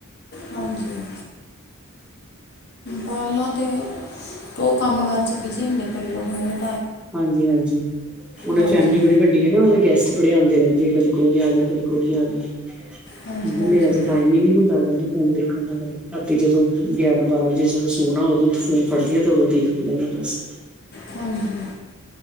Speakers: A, on the left; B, in the centre.
A: ਹਾਂਜੀ। ਪਹਿਲਾਂ ਤੇ ਓ ਕੰਮ-ਕਾਰ 'ਚ ਬਿਜ਼ੀ ਹੁੰਦੇ ਕਈ ਲੋਕ ਨਈ।
B: ਹਾਂਜੀ-ਹਾਂਜੀ ਓਨਾ
A: ਹਾਂਜੀ
B: ਦੀ ਫੈਮਿਲੀ ਬੜੀ ਵੱਡੀ ਨਾ ਉਹ ਦੇ ਗੈਸਟ ਪੜ੍ਹਿਆਉਂਦੇ ਰਹਿੰਦੇ ਆ ਕਦੀ ਕੋਈ ਆ ਗਿਆ, ਕਦੀ ਕੋਈ ਆ ਗਿਆ।
A: ਹਾਂਜੀ ਹਾਂਜੀ
B: ਮੇਰਾ ਤਾਂ ਟਾਈਮ ਹੀ ਨਹੀਂ ਹੁੰਦਾ ਕਹਿੰਦੇ। ਫੋਨ ਦੇਖਣ ਦਾ ਪ ਰਾਤੀ ਜਦੋਂ ਗਿਆਰਾਂ- ਬਾਰਾਂ ਵਜੇ ਜਦੋਂ ਸੌਣਾ ਉਦੋਂ ਫੋਨ ਫੜਦੀਆਂ ਤੇ ਉਦੋਂ ਦੇਖਦੀਆਂ ਬਸ।
A: ਹਾਂਜੀ।